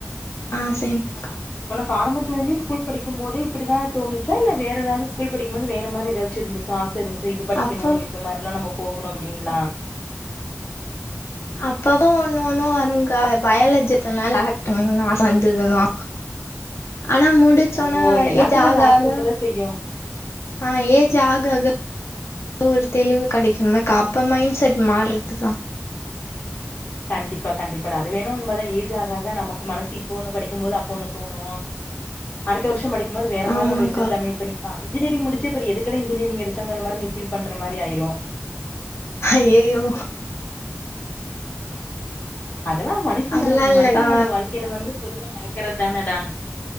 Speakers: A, on the left; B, on the left.
A: ஆ சேம்க்கா
B: உனக்கு ஆரம்பத்லருந்தே ஸ்கூல் படிக்கும்போதே இப்டிதா தோனுச்சா இல்ல வேற எதாவது ஸ்கூல் படிக்கும்போது வேற மாரி எதாச்சு இருந்துச்சா இருந்துச்சா இது படிக்கணு
A: அப்போ
B: இது மாறில்லா நம்ம போகணு அப்டின்லா
A: அப்பப்ப ஒன்னு ஒன்னு வருங்க்கா பயாலஜி எத்தனால <unintelligible> ஆச வந்துதுதா ஆனா முடிச்சொன்ன
B: ஓ எல்லாத்துக்கு
A: ஏஜ் ஆக
B: அந்த ஆச
A: ஆக
B: இருக்கதா செய்யு
A: ஆஹ் ஏஜ் ஆக ஆக ஒரு தெளிவு கெடைக்கும்ல்லக்கா அப்ப மைண்செட் மார்றதுதா
B: கண்டிப்பா கண்டிப்பாடா அது வேணு உண்மதா ஏஜ் ஆக ஆக நமக்கு மனசு இப்ப ஒன்னு படிக்கூ போது அப்ப ஒன்னு தோணு அடுத்த வர்ஷோ படிக்கும்போது வேற
A: ஆமாங்க்கா
B: மாறி நம்ம எடுத்திருக்கலாமே இப்ப நீ பா இன்ஜினியரிங் முடிச்சி இப்ப எதுக்குடா இன்ஜினியரிங் எடுத்தோங்குற மாறி நீ ஃபீல் பண்ற மாறி ஆயிரு
A: ஹய்யயோ
B: அதெல்லா மனுஷனோட
A: அப்டிலா இல்லக்கா
B: மனிதனோட வாழ்க்கைல வந்து பொதுவா நடக்கிறதானடா